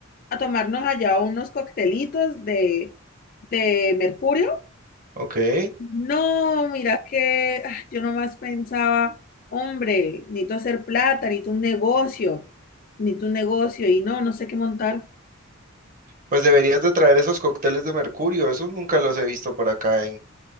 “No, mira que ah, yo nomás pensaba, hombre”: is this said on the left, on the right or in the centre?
Left